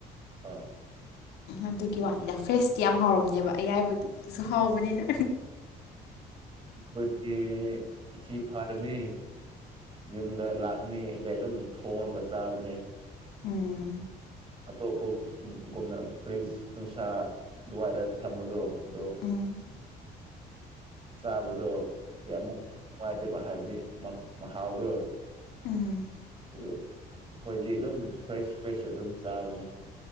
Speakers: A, on the right; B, on the left.
A: ꯑꯣ
B: ꯑꯗꯨꯒꯤ ꯋꯥꯅꯤꯗ ꯐ꯭ꯔꯦꯁꯇꯤ ꯌꯥꯝ ꯍꯥꯎꯔꯝꯅꯦꯕ ꯑꯌꯥꯏꯕꯗꯣ ꯁꯨ ꯍꯥꯎꯕꯅꯤꯅ
A: ꯑꯩꯈꯣꯏꯗꯤ ꯑꯁꯤ ꯐꯥꯔꯃꯤ ꯌꯨꯝꯗ ꯂꯥꯛꯑꯅꯤ ꯑꯗꯩ ꯑꯗꯨꯝ ꯊꯣꯟꯒ ꯆꯥꯕꯅꯦ
B: ꯎꯝ
A: ꯑꯇꯣꯞꯄꯒꯨꯝꯅ ꯐ꯭ꯔꯤꯖ ꯅꯨꯡꯁꯥ ꯑꯗꯨꯋꯥꯏꯗ ꯊꯝꯕꯗꯣ ꯑꯗꯣ
B: ꯎꯝ
A: ꯆꯥꯕꯗꯣ ꯀꯌꯥꯃꯨꯛ ꯅꯨꯡꯉꯥꯏꯇꯕ ꯍꯥꯏꯕꯗꯤ ꯃꯍꯥꯎꯗꯣ
B: ꯎꯝ
A: ꯑꯩꯈꯣꯏꯗꯤ ꯑꯗꯨꯝ ꯐ꯭ꯔꯦꯁ ꯐ꯭ꯔꯦꯁ ꯑꯗꯨꯝ ꯆꯥꯕꯅꯦ